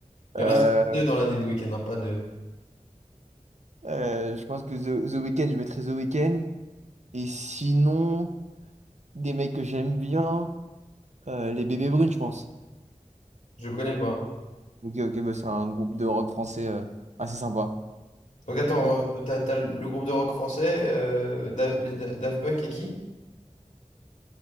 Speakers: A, on the left; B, on the right.
A: Il
B: Euh,
A: y en a deux dans l'année de Weeknd, hein, pas deux.
B: euh, je pense que The, The Weeknd, je mettrai The Weeknd. Et sinon, des mecs que j'aime bien, euh, les Bébés Brunes, je pense.
A: Je connais pas.
B: Ok, ok, bah, c'est un groupe de rock français euh, assez sympa.
A: Donc attends,
B: Mais-
A: euh, t'as, t'as le groupe de rock français, euh, Da- les Da- Daft Punk et qui?